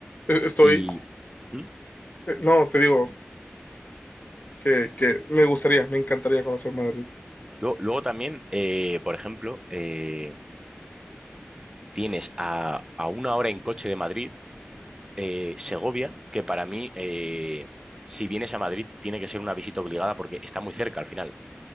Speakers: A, on the left (about 40°); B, on the right (about 15°).
A: E- Estoy,
B: Y ¿Mm?
A: eh, no, te digo que, que me gustaría, me encantaría conocer Madrid.
B: luego, luego también, eh, por ejemplo, eh, tienes a, a una hora en coche de Madrid, eh, Segovia, que para mí... eh, Si vienes a Madrid, tiene que ser una visita obligada porque está muy cerca al final.